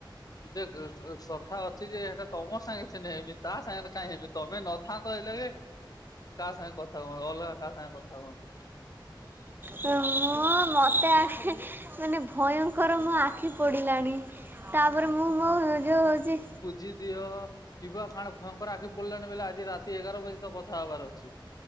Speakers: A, on the left (about 50°); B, on the right (about 25°).
A: ଯେ ଏ ଏ କଥା ଅଛି ଯେ ଏଟା ତମ ସାଙ୍ଗେ ନା ହେବି ତା ସାଙ୍ଗରେ କାହିଁ ହେବି ତମେ ନ ହଁ କହିଲି ତା ସାଙ୍ଗେ କଥା କୁହନ୍ତି ଅଲଗା କାହା ସାଙ୍ଗେ କଥା ହୁଅନ୍ତୁନି।
B: ମୁଁ ମୋତେ ଆଖ ମାନେ ଭୟଙ୍କର ମୋ ଆଖି ପଡ଼ିଲାଣି। ତାପରେ ମୁଁ ମୋଉ ଯଉ ହଉଛି।
A: ଭଜି ଦିଅ ଇବୁ କାଣ ଭୟଙ୍କର ଆଖି। କଲ୍ୟାଣ ବଲେ ଆଜି ରାତି ଏଗାର ବଜେ ତ କଥା ହବାର ଅଛି